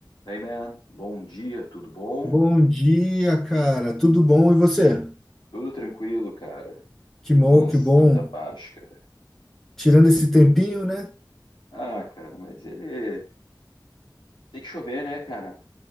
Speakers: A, on the left (about 80°); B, in the centre.
A: Hey man, bom dia, tudo bom?
B: Bom dia, cara. Tudo bom? E você?
A: Tudo tranquilo, cara.
B: Que bom,
A: Tudo na
B: que
A: santa
B: bom.
A: paz, cara.
B: Tirando esse tempinho, né?
A: Ah, cara, mas ele tem que chover, né, cara?